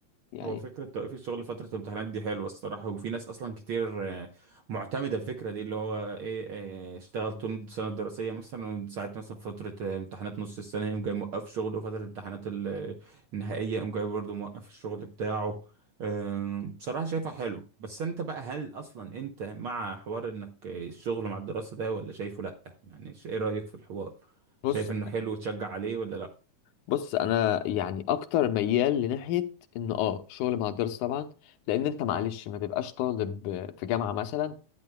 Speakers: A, on the left; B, on the right.
A: يعني
B: هو فكره توقيف الشغل فتره الامتحانات دي حلوه الصراحه وفي ناس اصلا كتير آه، معتمده الفكره دي اللي هو ايه آه، اشتغل طول السنه الدراسيه مثلا وساعه مثلا فتره آه، امتحانات نص السنه يقوم جاي موقف شغله وفتره الامتحانات ال- النهائيه يقوم جاي برضه موقف الشغل بتاعه آم، بصراحه شايفها حلو بس انت بقى هل اصلا انت مع حوار انك آه، الشغل مع الدراسه ده ولا شايفه لا يعني ايه رايك في الحوار
A: بص
B: شايف انه حلو وتشجع عليه ولا لا
A: بص انا يعني اكتر ميال لناحيه ان اه شغل مع الدراسه طبعا لان انت معلش ما تبقاش طالب في جامعه مثلا